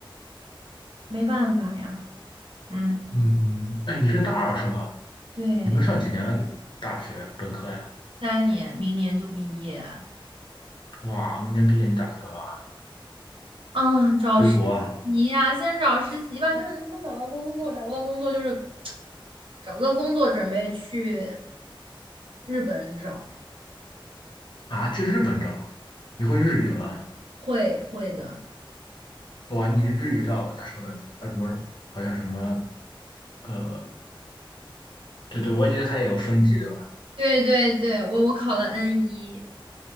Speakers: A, on the right; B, on the left.
A: 没办法呀。嗯，
B: 嗯，哎，你是大二是吗？
A: 对，
B: 你们上几年大学本科呀？
A: 三年，明年就毕业
B: 哇，明年毕业你打算干嘛？
A: 啊，找实习呀，
B: 回国啊？
A: 先找实习吧，看看能不能找到工作，找不到工作就是找不到工作，准备去日本找，
B: 啊，去日本找？你会日语吗？
A: 会会的。
B: 哇，你日语到他说的他什么？好像什么呃，对对，我觉得他也有分级对吧？
A: 对对对，我我考了 N 一，